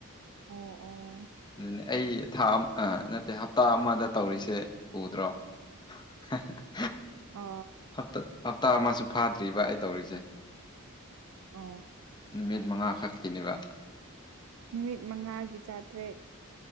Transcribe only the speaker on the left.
ꯑꯗꯨ ꯑꯩ ꯊꯥ ꯅꯠꯇꯦ ꯍꯞꯇꯥ ꯑꯃꯗ ꯇꯧꯔꯤꯁꯦ ꯎꯗ꯭ꯔꯣ <unintelligible>
ꯍꯞꯇꯥ ꯍꯞꯇꯥ ꯑꯃꯁꯨ ꯐꯥꯗ꯭ꯔꯤꯕ ꯑꯩ ꯇꯧꯔꯤꯁꯦ
ꯅꯨꯃꯤꯠ ꯃꯉꯥꯈꯛꯀꯤꯅꯦꯕ